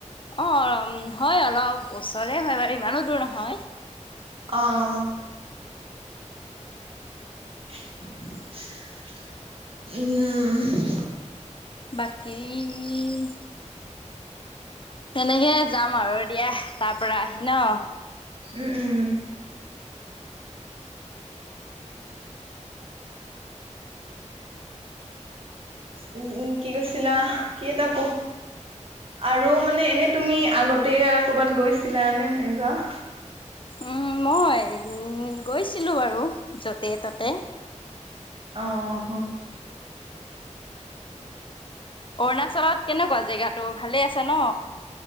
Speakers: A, on the left (about 40°); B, on the right (about 45°).
A: অঁ' হয় অলপ ওচৰে হয় বাৰু ইমানো দূৰ নহয়।
B: অঁ অঁ'। উম'
A: বাকী- তেনেকে যাম আৰু দিয়া, তাৰ পৰা আহি ন।
B: উম উম' উম উম' কি কৈছিলা, কি এটা ক- আৰু মানে এনেই তুমি আগতে কৰ'বাত গৈছিলা নে নাইবা?
A: উম, মই উম গৈছিলো বাৰু যতে-ততে।
B: অঁ অঁ অঁ'।
A: অৰুণাচলত কেনেকুৱা জেগাটো ভালেই আছে ন'।